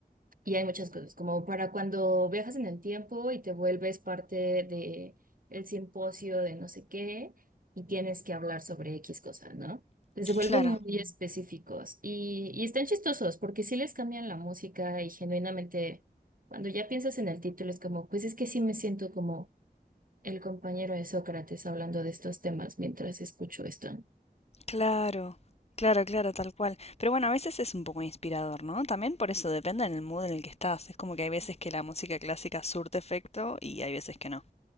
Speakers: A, on the right; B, on the left.
A: Y hay muchas cosas, como para cuando viajas en el tiempo y te vuelves parte de el simposio de no sé qué y tienes que hablar sobre X cosa, ¿no? Se vuelven
B: Claro,
A: muy Mm. específicos y, y están chistosos porque sí les cambian la música y genuinamente cuando ya piensas en el título es como, pues es que sí me siento como el compañero de Sócrates hablando de estos temas mientras escucho esto. ¿no?
B: claro, claro, claro, tal cual. Pero bueno, a veces es un poco inspirador, ¿no? También por eso depende del mood en el que estás. Es como que hay veces que la música clásica surte efecto y hay veces que no.